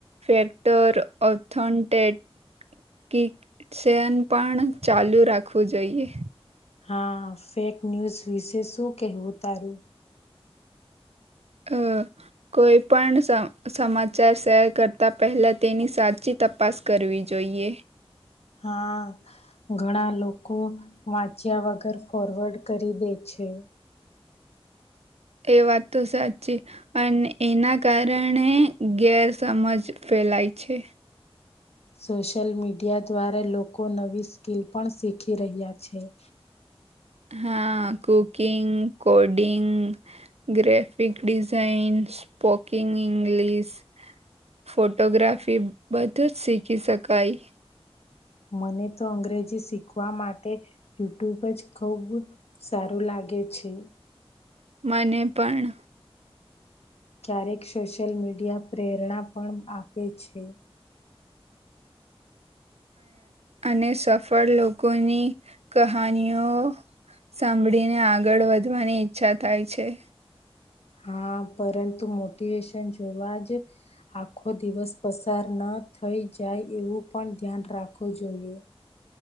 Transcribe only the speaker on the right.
ફેક્ટર ઓથનન્ટેટ કિક સન પણ ચાલુ રાખવું જોઈએ
હ કોઈ પણ સમાચાર શેર કરતા પહેલા તેની સાચી તપાસ કરવી જોઈએ જોઈએ
એ વાત તો સાચી અને એના કારણે ગેરસમજ ફેલાય છે
હા cooking coding graphic design સ્પોકીિંગ English photography બધું જ શીખી શકાય
મને પણ
અને સફળ લોકોની કહાનીઓ સાંભળીને આગળ વધવાની ઈચ્છા થાય છે